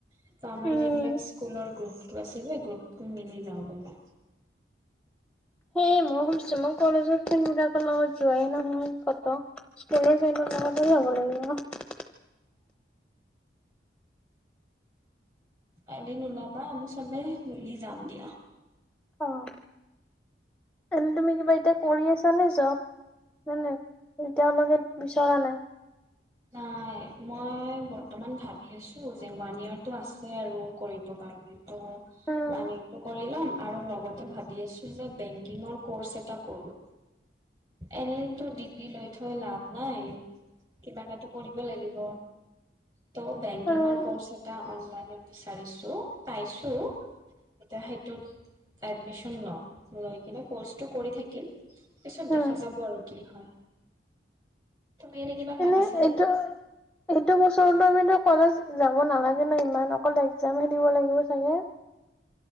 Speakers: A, on the right (about 25°); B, in the centre.
A: ত আমাৰ
B: উম,
A: যিবিলাক স্কুলৰ গ্ৰুপত আছে গ্ৰুপটো মিলি যাওঁ বোলা
B: সেয়ে মই ভাছোঁ মই কলেজৰ ফ্ৰেণ্ডবিলাকৰ লগত যোৱাই নহয় কত স্কুলৰ ফ্ৰেণ্ডৰ লগতো যাব লাগিব
A: এদিন ওলাবা আমি চবে মিলি যাম দিয়া
B: অ' এনে তুমি কিবা এতিয়া কৰি আছানে জব নে এতিয়ালৈকে বিচৰা নাই?
A: নাই মই বৰ্তমান ভাবি আছো যে ওৱান ইয়েৰটো আছে আৰু কৰিব কাৰণে তো
B: উম
A: মানে এইটো কৰি ল'ম আৰু লগতে ভাবি আছো যে বেংকিঙৰ কৰ্চ এটা কৰো এনেতো ডিগ্ৰী লৈ থৈ লাভ নাই কিবা কৰিব লাগিব ত' বেংকিংৰ
B: অ
A: কৰ্চ এটা এটা অনলাইনত বিচাৰিছো পাইছো এতিয়া সেইটোত এডমিশন লম লৈ কিনে ক'ৰ্চটো কৰি থাকিম পিছত দেখা
B: উম
A: যাব আৰু কি হয় তুমি এনে কিবা ভাবিছানে
B: এনে এইটো এইটো <unintelligible> কলেজ যাব নালাগে ন ইমান অকল এক্সাম হে দিব লাগিব চাগে